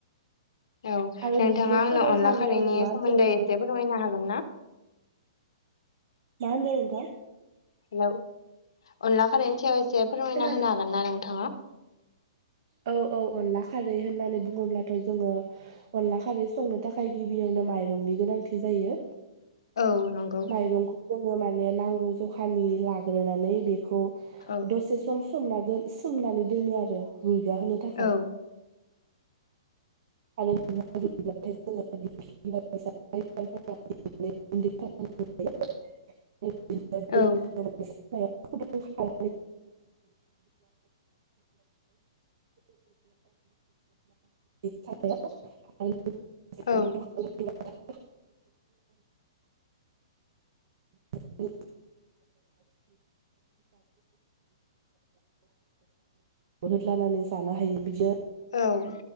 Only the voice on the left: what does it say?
औ
नोंथाङा
आंनो
अनला
खारैनि
सोमोन्दै
एसे फोरमायनो हागोनना?
हेलौ अनला कारेन्सियाव एसे फोरमायना
होनो हागोन ना नोंथाङा?
औ नंगौ
औ
औ
औ
औ
औ